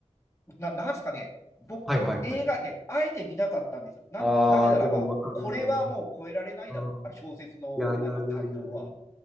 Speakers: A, on the left; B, in the centre.
A: ーな、なんすかね、僕、
B: はいはいはい。
A: 映画ね、あえて見なかったんですよ。なんで、
B: ああ、
A: なぜならば、
B: でもわかるな。
A: これはもう超えられないだろう。
B: うん。
A: あの小説の、
B: いやいやいやいや、
A: あの感動は。
B: でも、い